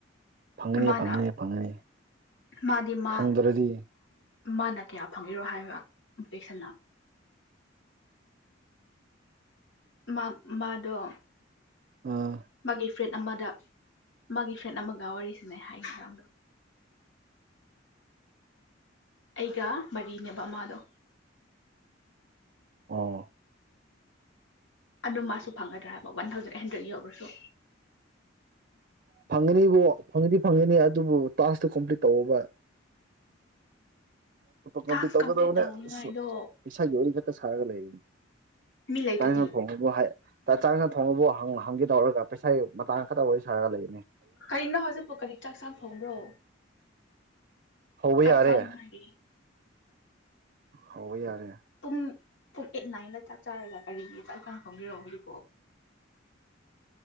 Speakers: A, on the right (about 50°); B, on the left (about 70°).
A: ꯐꯪꯒꯅꯤ
B: ꯃꯥꯅ
A: ꯐꯪꯒꯅꯤ ꯐꯪꯒꯅꯤ
B: ꯃꯥꯗꯤ ꯃꯥ
A: ꯐꯪꯗ꯭ꯔꯗꯤ
B: ꯃꯥꯅ ꯀꯌꯥ ꯐꯪꯉꯤꯔꯣ ꯍꯥꯏꯕ ꯏꯝꯄꯦꯛꯁꯟꯅ ꯃꯥ ꯃꯥꯗꯣ
A: ꯑꯥ
B: ꯃꯥꯒ ꯐ꯭ꯔꯦꯠ ꯑꯃꯗ ꯃꯥꯒꯤ ꯐ꯭ꯔꯦꯟꯠ ꯑꯃꯒ ꯋꯥꯔꯤꯁꯤꯅꯩ ꯍꯥꯏ ꯃꯇꯥꯡꯗꯣ ꯑꯩꯒ ꯃꯔꯤꯅꯦꯦꯕ ꯃꯥꯗꯣ
A: ꯑꯣ
B: ꯑꯗꯨ ꯃꯥꯁꯨ ꯐꯪꯒꯗ꯭ꯔꯥ ꯍꯥꯏꯕ ꯋꯥꯟ ꯊꯥꯎꯖꯟ ꯍꯟꯗ꯭ꯔꯦꯗ ꯌꯧꯔꯁꯨ
A: ꯐꯪꯒꯅꯤꯕꯨ ꯐꯪꯗꯤ ꯐꯪꯒꯅꯤ ꯑꯗꯨꯕꯨ ꯇꯥꯛꯇꯨ ꯀꯝꯄ꯭ꯂꯤꯠ ꯇꯧꯕ ꯀꯝꯠ
B: ꯇꯥꯛꯁ
A: ꯇꯧꯒꯗꯕꯅꯦ
B: ꯀꯝꯄ꯭ꯂꯤꯠ ꯇꯧꯅꯤꯡꯉꯥꯏꯗꯣ
A: ꯑꯁ ꯏꯁꯥꯒꯤ ꯋꯥꯔꯤ ꯈꯛꯇ ꯁꯥꯔꯒ ꯂꯩꯔꯤꯅꯤ
B: ꯃꯤ ꯂꯩꯇ꯭ꯔꯗꯤ
A: ꯆꯥꯡꯅ ꯊꯣꯡꯉꯕ ꯆꯥꯡꯅ ꯊꯣꯡꯉꯕ ꯍꯒꯦ ꯇꯧꯔꯒ ꯄꯩꯁꯥꯒꯤ ꯃꯇꯥꯡ ꯈꯛꯇ ꯋꯥꯔꯤ ꯁꯥꯔꯒ ꯂꯩ
B: ꯀꯔꯤꯅꯣ ꯍꯧꯖꯤꯛꯄꯥꯎ ꯀꯔꯤ ꯆꯥꯛ ꯆꯥꯡ ꯐꯣꯡꯕ꯭ꯔꯣ
A: ꯍꯧꯕ
B: ꯆꯥꯛ
A: ꯌꯥꯔꯦ
B: ꯆꯥꯕꯉꯔꯤ
A: ꯍꯧꯕ ꯌꯥꯔꯦ
B: ꯄꯨꯡ ꯑꯦꯠ ꯅꯥꯏꯟꯗ ꯆꯥꯛ ꯆꯔꯒ ꯀꯔꯤꯒꯤ ꯆꯥꯛꯀ ꯐꯣꯡꯕꯤꯔꯛꯑꯣ ꯍꯧꯖꯤꯛꯐꯥꯎ